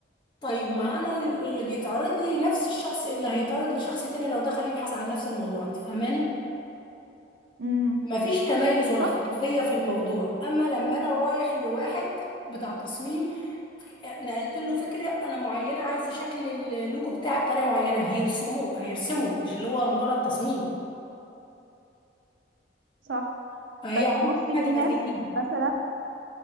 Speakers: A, on the left; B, on the right.
A: طيب ما انا اللي, اللي بيتعرض لي نفس الشخص اللي هيتعرض لشخص تاني لو دخل يبحث عن نفس الموضوع انت فاهماني
B: امم
A: مفيش تميز ولا
B: صح
A: احترافية في الموضوع اما لما انا رايح لواحد بتاع تصميم نقلت له فكرة انا معينة عايزة شكل اللوجو بتاعي بطريقة معينة هيرسموه هيرسمه مش اللي هو مجرد تصميم
B: صح
A: فهي
B: بس
A: عمرك
B: بصي
A: ما
B: في
A: تبقى
B: ناس
A: زي دي
B: مثلا